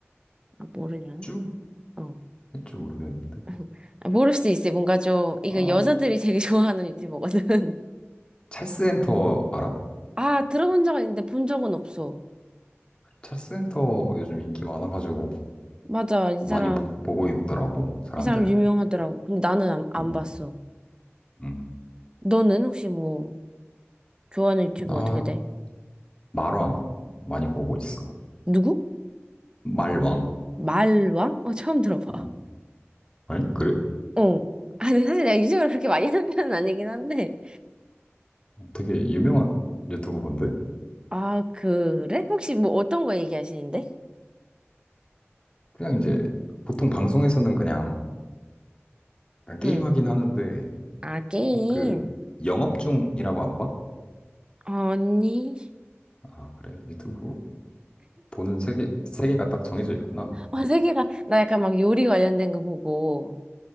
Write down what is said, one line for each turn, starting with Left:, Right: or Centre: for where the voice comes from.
Right: 아, 모르냐?
Left: 쭉
Right: 어.
Left: 했지 모르겠는데.
Right: <laughs> 아, 모를 수 있어. 뭔가 좀, 이거
Left: 아
Right: 여자들이 되게 <laughs> 좋아하는 유튜버거든.
Left: 찰스 엔터 알아?
Right: 아, 들어본 적은 있는데 본 적은 없어.
Left: 찰스 엔터 요즘 인기 많아가지고
Right: 맞아, 이
Left: 많이
Right: 사람,
Left: 보- 보고 있더라고 사람들.
Right: 이 사람 유명하더라고. 근데 나는 안, 안
Left: 음,
Right: 봤어.
Left: 음.
Right: 너는 혹시 뭐, 좋아하는 유튜버
Left: 나
Right: 어떻게 돼?
Left: 말왕 많이 보고 있어.
Right: 누구?
Left: 말왕.
Right: 말왕? 어, 처음 들어봐.
Left: 어. 아니 그래?
Right: 어. 아, 근데 사실 내가 유브를 그렇게 많이 하는 편은 아니긴 한데.
Left: 되게 유명한 유튜버인데
Right: 아, 그래? 혹시 뭐 어떤 거 얘기하시는데?
Left: 그냥 이제 보통 방송에서는 그냥 그냥 게임
Right: 응.
Left: 하긴 하는데,
Right: 아, 게임.
Left: 어, 그, 영업 중이라고 안 봐?
Right: 언니.
Left: 아, 그래. 유튜브 보는 세계, 세계가 딱 정해져 있구나.
Right: 어, 세계가, 나 약간 막 요리 관련된 거 보고,